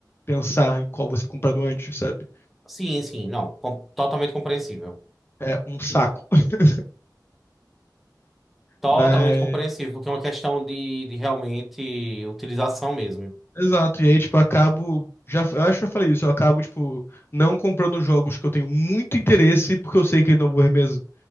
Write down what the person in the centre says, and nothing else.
Sim, sim, não, com- totalmente compreensível.
Totalmente
compreensível, porque é uma questão de, de realmente utilização mesmo.